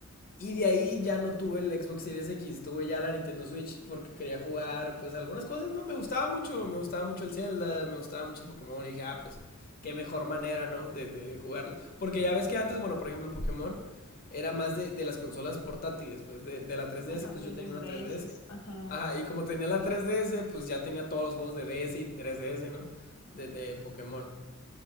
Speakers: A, on the left; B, on the left.
A: Y de ahí ya no tuve el Xbox Series X, tuve ya la Nintendo Switch porque quería jugar pues algunas cosas, no, me gustaba mucho, me gustaba mucho el Zelda, me gustaba mucho el Pokémon y dije, ah, pues qué mejor manera, ¿no? De, de jugarlo. Porque ya ves que antes, bueno, por ejemplo, Pokémon era más de, de las consolas portátiles, pues de, de, la 3DS,
B: Ajá,
A: pues
B: de
A: yo
B: los
A: tenía una
B: DS.
A: 3DS.
B: Ajá.
A: Ajá, y como tenía la 3DS, pues ya tenía todos los juegos de DS y 3DS, ¿no? De, de Pokémon.